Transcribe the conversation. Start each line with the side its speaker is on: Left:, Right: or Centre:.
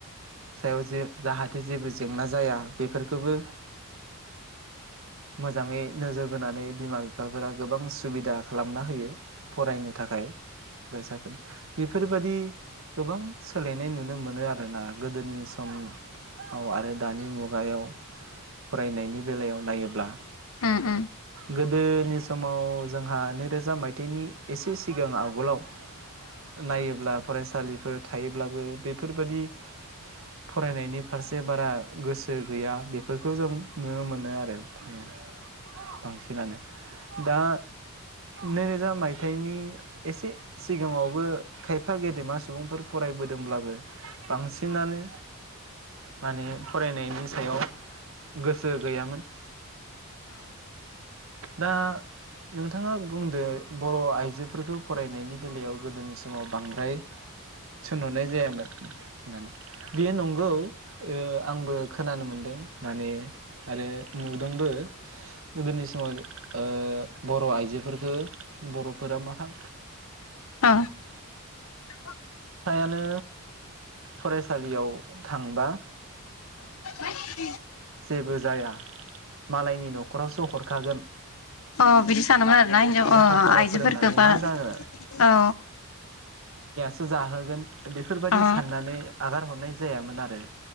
Right: सायाव जे जाहाथे जेबो जेंना जाया बेफोरखोबो मोजाङै नोजोर बोनानै बिमा बिफाफोरा गोबां सुबिदा खालामना होयो फरायनो थाखाय <unintelligible> बेफोरबादि गोबां सोलायनाय नुनो मोनो आरोना गोदोनि समनि ओ आरो दानि मुगायाव फरायनायनि बेलायाव नायो ब्ला
Left: ओम ओम
Right: गोदोनि समाव जोंहा नैरोजा मायथाइनि एसे सिगाङाव <unintelligible> नायोब्ला फरायसालिफोर थायोब्लाबो बेफोरबादि फरायनायनि फारसे बारा गोसो गैया बेफोरखौ जों नुनो मोनो आरो। थाया बांसिनानो दा। नैरोजा मायथाइनि एसे सिगाङावबो खायफा गेदेमा सु सुबुंफोर फरायबोदोंब्लाबो बांसिनानो माने फरायनायनि सायाव गोसो गैयामोन। दा नोंथाङा बुंदो बर' आइजोफोरखौ फरायनायनि बेलायाव गोदोनि समाव बांद्राय थिनहरनाय जायामोन। होननानै बियो नंगौ ओ आंबो। खोनानो मोन दों माने आरो नुदोंबो गोदोनि समाव। ओ बर' आइजोफोरखो बर'फोरा मा खा
Left: <unintelligible>
Right: फ्रायानो फरायसालियाव थांबा
Left: <inaudible>
Right: जेबो जाया मालायनि नख'रावसो हरखागोन।
Left: अ बिदि सानोमोन आरोना हिनजाव
Right: लेखा
Left: अ
Right: फरा
Left: आइजोफोरखौबा
Right: फोरोंनानै मा
Left: औ।
Right: जानो सोर जाहोगोन बेफोरबायदि
Left: अ
Right: साननानै आगार हरनाय जायामोन आरो।